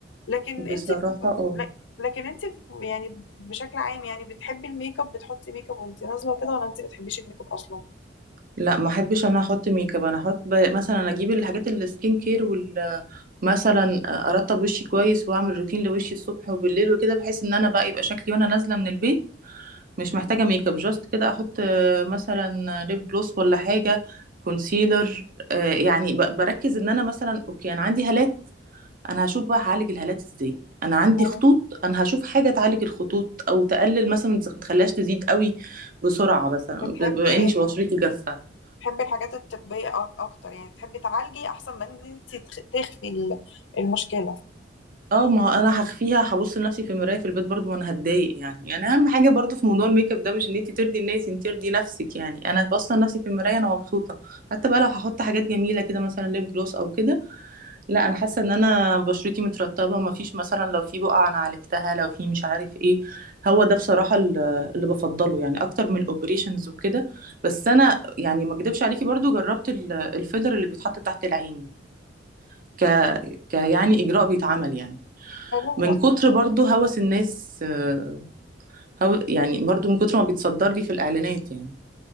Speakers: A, on the left; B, on the right.
A: لكن
B: بصراحة
A: انت في...
B: اه
A: لك- لكن انت في... يعني بشكل عام يعني بتحبي الميك اب بتحطي ميك اب وانت نازله وكده ولا انت بتحبيش الميك اب اصلا
B: لا ما احبش انا احط ميك اب انا احط ب- مثلا اجيب الحاجات السكين كير وال مثلا ارطب وشي كويس واعمل روتين لوشي الصبح وبالليل وكده بحيث ان انا بقى يبقى شكلي وانا نازله من البيت مش محتاجه ميك اب جاست كده احط آه، مثلا ليب جلوس ولا حاجه كونسيلر آه، يعني ب- بركز ان انا مثلا اوكي انا عندي هالات انا هشوف بقى هعالج الهالات ازاي انا عندي
A: يعني
B: خطوط انا هشوف حاجه تعالج الخطوط او تقلل مثلا ما تخليهاش تزيد قوي بسرعه مثلا
A: بتحبي
B: ب- بما اني بشرتي جافه
A: بتحبي الحاجات الطبيه أك- اكتر يعني بتحبي تعالجي احسن من ان انت تخ- تخفي ال- المشكله
B: اه ما هو انا هخفيها هبص لنفسي في المرايه في البيت برضو ما انا هتضايق يعني يعني اهم حاجه برضو في موضوع الميك اب ده مش ان انت ترضي الناس انت ترضي نفسك يعني انا باصه لنفسي في المرايه انا مبسوطه حتى بقى لو هحط حاجات جميله كده مثلا ليب جلوس او كده لا انا حاسه ان انا بشرتي مترطبه ما فيش مثلا لو في بقع انا عالجتها لو في مش عارف ايه هو ده بصراحه ال- اللي بفضله يعني اكتر من الاوبريشنز وكده بس انا يعني ما اكدبش عليكي برضو جربت ال- الفيلر اللي بيتحط تحت العين ك... ك يعني اجراء بيتعمل يعني
A: حلو
B: من كتر برضو هوس الناس آه، هو يعني برضو من كتر ما بيتصدر لي في الإعلانات يعني